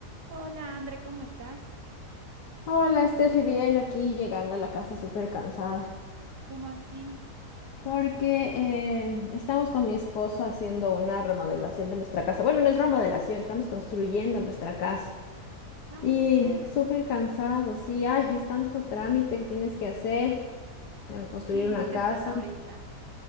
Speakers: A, on the right; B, on the left.
A: Hola, André, ¿cómo estás?
B: Hola, Steffi, bien, aquí llegando a la casa súper cansada,
A: ¿Cómo así?
B: porque eh, estamos con mi esposo haciendo una remodelación de nuestra casa. Bueno, no es remodelación, estamos construyendo nuestra casa.
A: Ay,
B: Y
A: qué chévere.
B: súper cansado, sí, ay, es tanto trámite que tienes que hacer al construir
A: Sí,
B: una
A: ¿en
B: casa.
A: qué están ahorita?